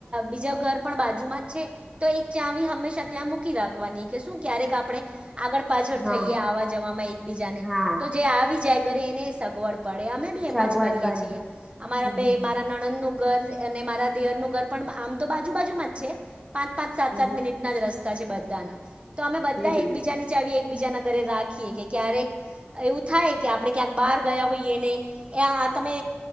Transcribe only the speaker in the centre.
હા
હા
સગવડ
પડે
હમ
હમ હમ
હમ હમ હમ